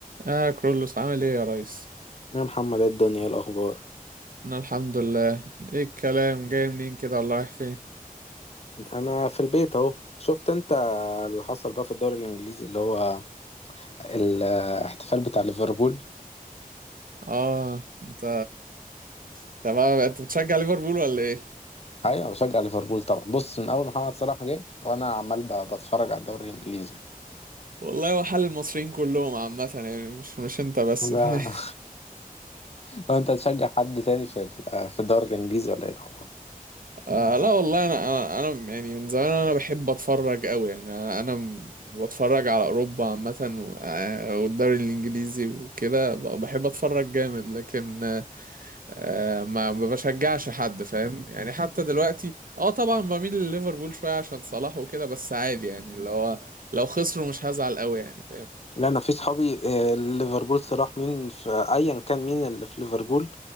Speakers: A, on the right (about 70°); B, on the left (about 45°).
A: اه كرولوس عامل ايه يا ريس
B: يا محمد ايه الدنيا إيه الاخبار
A: انا الحمد لله ايه الكلام جاي منين كده ولا رايح فين
B: انا في البيت اهو شفت انت اللي حصل بقى في الدوري الانجليزي اللي هو الاحتفال بتاع ليفربول
A: اه انت انت بقى انت بتشجع ليفربول ولا ايه
B: ايوه بشجع ليفربول طبعا بص من اول محمد صلاح جه وانا عمال ب- بتفرج على الدوري الانجليزي
A: والله هو حال المصريين كلهم عامة يعني مش مش انت بس
B: ب-
A: <laughs>
B: <laughs> وانت تشجع حد تاني في ال- في الدوري الانجليزي ولا ايه الاخبار
A: آه لا والله انا انا أنا يعني من زمان انا بحب اتفرج قوي يعني انا أنا م- بتفرج على اوروبا عامه و- آه، والدوري الانجليزي وكده ب- بحب اتفرج جامد لكن آه، ما ما بشجعش حد فاهم يعني حتى دلوقتي اه طبعا بميل لليفربول شويه عشان صلاح وكده بس عادي يعني اللي هو لو خسروا مش هزعل قوي يعني فاهم
B: لا انا في صحابي آه، ليفربول صلاح مين في ايا كان مين اللي في ليفربول